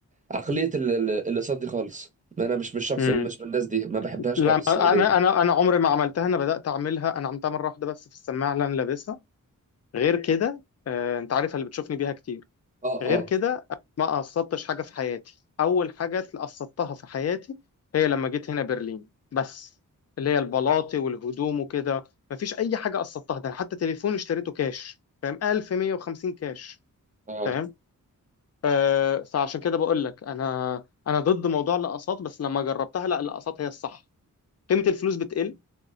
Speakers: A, on the right; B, on the left.
A: عقليه ال- ال- الاقساط دي خالص انا مش مش شخص
B: مم.
A: مش من الناس دي ما بحبهاش
B: لا
A: خالص
B: ما-
A: يعني
B: انا انا انا عمري ما عملتها انا بدات اعملها انا عملتها مره واحده بس في السماعه اللي انا لابسها غير كده آه، انت عارف اللي بتشوفني بيها كتير
A: اه
B: غير
A: اه
B: كده ما قصدتش حاجه في حياتي اول حاجه قصدتها في حياتي هي لما جيت هنا برلين بس اللي هي البلاطي والهدوم وكده مفيش اي حاجه قصدتها ده أنا حتى تليفون اشتريته كاش فاهم 1150 كاش
A: اه
B: فاهم آه فعشان كده بقول لك انا انا ضد موضوع الاقساط بس لما جربتها لا الاقساط هي الصح قيمه الفلوس بتقل